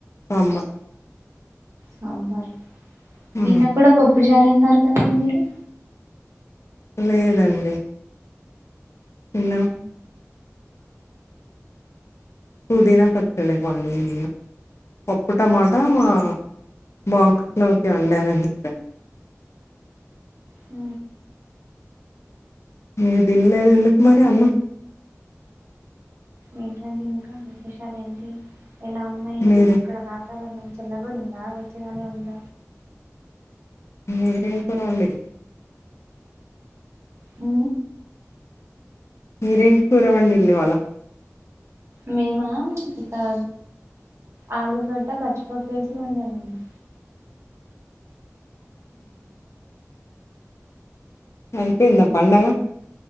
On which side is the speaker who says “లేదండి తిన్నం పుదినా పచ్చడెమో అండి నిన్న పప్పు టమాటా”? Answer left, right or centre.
Left